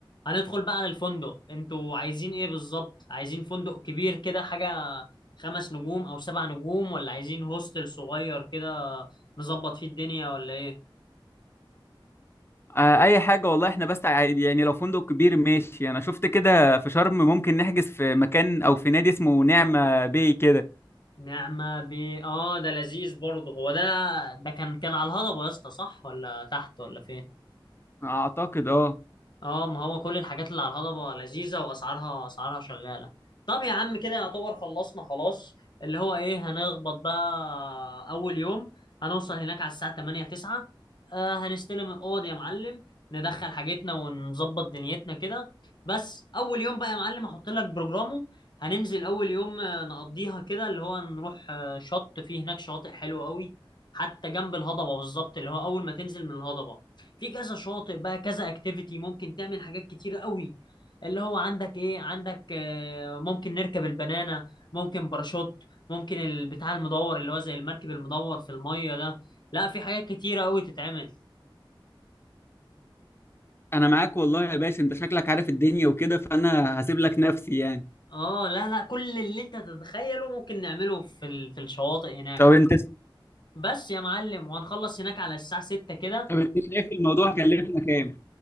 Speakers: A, on the left; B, on the left.
A: هندخل بقى على الفندق انتوا عايزين ايه بالظبط عايزين فندق كبير كده حاجه خمس نجوم او سبع نجوم ولا عايزين هوستل صغير كده نظبط فيه الدنيا ولا ايه
B: آه أي حاجة والله إحنا بس ع- يعني لو فندق كبير ماشي أنا شفت كده في شرم ممكن نحجز في مكان أو في نادي اسمه نعمة باي كده
A: نعمة ب اه ده لذيذ برضه هو ده ده كان كان على الهضبة يا اسطى صح ولا تحت ولا فين
B: أعتقد أه
A: اه ما هو كل الحاجات اللي على الهضبة لذيذة واسعارها اسعارها شغالة طب يا عم كده يعتبر خلصنا خلاص اللي هو ايه هنخبط بقى اول يوم هنوصل هناك على الساعة 8 9 آه هنستلم الاوض يا معلم ندخل حاجتنا ونظبط دنيتنا كده بس اول يوم بقى يا معلم هحط لك بروجرامه هننزل اول يوم آه، نقضيها كده اللي هو نروح آه، شط فيه هناك شواطئ حلوة قوي حتى جنب الهضبة بالظبط اللي هو اول ما تنزل من الهضبة في كذا شاطئ بقى كذا اكتيفيتي ممكن تعمل حاجات كتيرة قوي اللي هو عندك ايه عندك آه، ممكن نركب البنانة ممكن باراشوت ممكن البتاع المدور اللي هو زي المركب المدور في المية ده لا في حاجات كتيرة قوي تتعمل
B: أنا معاك والله يا باشا أنت شكلك عارف الدنيا وكده فأنا هسيب لك نفسي يعني
A: اه لا لا كل اللي انت تتخيله ممكن نعمله في ال... في الشواطئ هناك
B: طب أنت
A: بس يا معلم وهنخلص هناك على الساعة 6 كده
B: طب أنت شايف الموضوع هيكلفنا كام؟